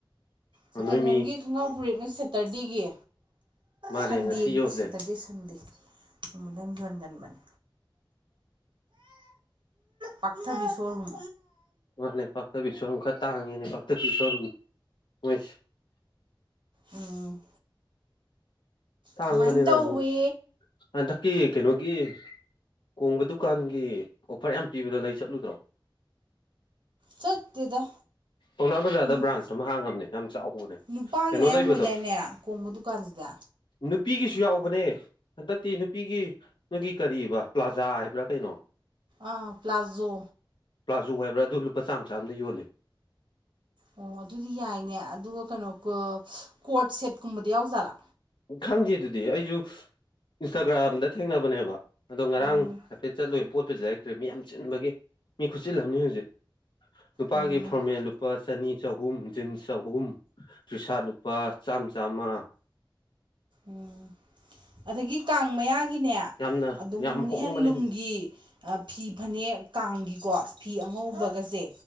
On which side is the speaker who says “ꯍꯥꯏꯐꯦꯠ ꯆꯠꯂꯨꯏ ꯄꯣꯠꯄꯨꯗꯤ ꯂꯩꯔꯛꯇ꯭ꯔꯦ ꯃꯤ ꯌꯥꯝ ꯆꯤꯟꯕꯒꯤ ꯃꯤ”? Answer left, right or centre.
Left